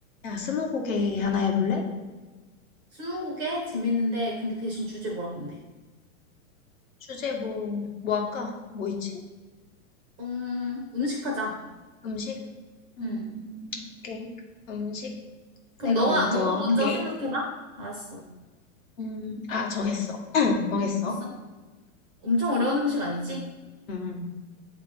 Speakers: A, on the left; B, on the right.
A: 야, 스무고개 하나 해볼래?
B: 스무고개 재밌는데 근데 대신 주제 뭐 할 건데?
A: 주제 뭐, 뭐 할까? 뭐 있지?
B: 음 음식 하자.
A: 음식? 음,
B: 응.
A: 오케이. 음식
B: 그럼
A: 내가
B: 너가
A: 먼저
B: 너가
A: 할게.
B: 먼저 생각해봐. 알았어.
A: 음, 아, 정했어. <clears throat> 정했어.
B: 됐어? 엄청 어려운 음식 아니지?
A: 응,